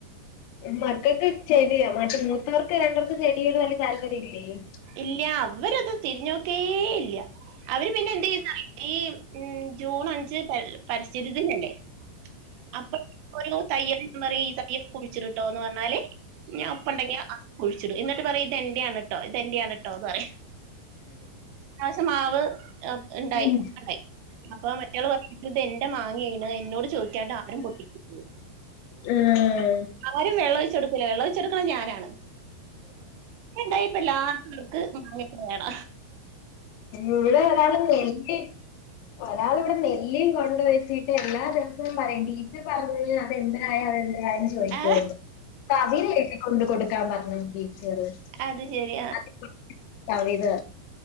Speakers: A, on the left; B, on the right.
A: മക്കക്ക്‌ ചെടി <unintelligible> റ്റർക്ക് രണ്ടർക്കും ചെടിയോട് വെല്ല്യതാല്പര്യല്ലേയ്
B: ഇല്ല്യ അവര്ത് തിരിഞ്ഞോക്കേ ഇല്ല അവര് പിന്നെന്തെയുംന്നറിയോ ഈ ഉം ജൂൺ അഞ്ച് പരി പരിസ്ഥിതി ദിനല്ലേ അപ്പൊ ഒരു തയ്യൽ മെറി തയ്യൽ കുഴിച്ചിട്ട്ടോ എന്ന് പറഞ്ഞാല് ഞാൻ അപ്പ ഉണ്ടെങ്കി അ കുഴിച്ചിടും എന്നിട്ട് പറയും ഇതെന്റെയാണ് ട്ടോ ഇതെന്റെയാണ് ട്ടോ എന്ന് പറയും പ്രാവശ്യം മാവ് പ് ഉണ്ടായി
A: ഇവിടെ
B: <unintelligible> ണ്ടായി അപ്പൊ മറ്റെയാള് പറയു ഇതെന്റെ മാങ്ങെണ് എന്നോട് ചോദിക്കാണ്ട് ആരും പൊട്ടിക്കരുത്
A: <unintelligible>
B: ആരും വെള്ളൊഴിച്ച് കൊടുക്കൂല വെള്ളൊഴിച്ച് കൊടുക്കണ ഞാനാണ് ഉണ്ടായിപ്പ എല്ലാർക്കും നമുക്ക് മാങ്ങയ്ക്ക്‌ കേട
A: ഇവിടെ ഒരാള് നെല്ലി ഒരാള് ഇവിടെ നെല്ലിം കൊണ്ട് വെച്ചിട്ട് എല്ലാ ദിവസവും പറയും ടീച്ചർ പറഞ്ഞ് അത് എന്തരായ് അത് എന്തരായ് എന്ന് ചോയ്ക്കോ
B: ആ,
A: തവിര്കെട്ടി കൊണ്ട് കൊടുക്കാൻ പറഞ്ഞ് ടീച്ചറ്
B: അത് ശരി
A: <unintelligible> തവിത്